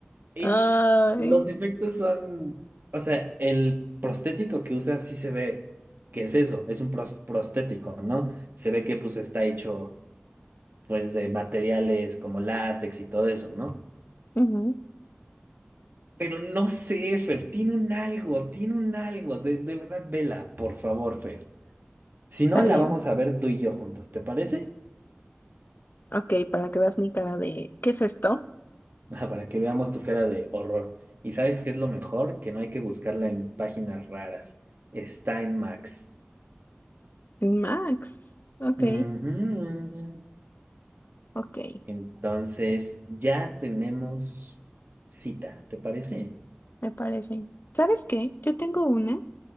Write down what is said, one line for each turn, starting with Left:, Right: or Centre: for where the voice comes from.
Right: Es,
Left: Ay.
Right: los efectos son, o sea, el prostético que usa sí se ve que es eso, es un pros- prostético, ¿no? Se ve que pues está hecho pues de materiales como látex y todo eso, ¿no?
Left: Ujú,
Right: Pero no sé, Fer, tiene un algo, tiene un algo, de, de verdad, vela, por favor, Fer. Si no,
Left: Está
Right: la
Left: bien.
Right: vamos a ver tú y yo juntos, ¿te parece? <laughs>
Left: Ok, para que veas mi cara de... ¿Qué es esto?
Right: Ah, Para que veamos tu cara de horror. ¿Y sabes qué es lo mejor? Que no hay que buscarla en páginas raras. Está en Max.
Left: Max. Ok,
Right: Ujú.
Left: ok.
Right: Entonces, ya tenemos cita, ¿te parece?
Left: me parece. ¿Sabes qué? Yo tengo una